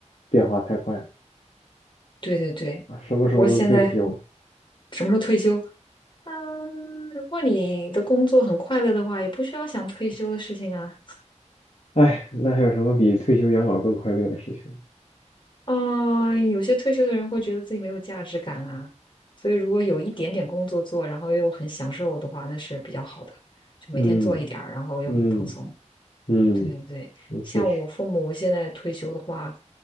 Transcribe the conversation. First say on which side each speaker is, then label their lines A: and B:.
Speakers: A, on the left (about 65°); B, on the left (about 40°).
A: 变化太快了
B: 对对对。
A: 啊！什么时候能退休啊？
B: 我现在什么时候退休？嗯，如果你的工作很快乐的话，也不需要想退休的事情啊。
A: 哎，那还有什么比退休养老更快乐的事情
B: 嗯，有些退休的人会觉得自己没有价值感啊，所以如果有一点点工作做，然后又很享受的话，那是比较好的。就每天做一点儿，
A: 嗯
B: 然后又很放松。
A: 嗯嗯，
B: 对对对，
A: 那确实
B: 像我父母现在退休的话，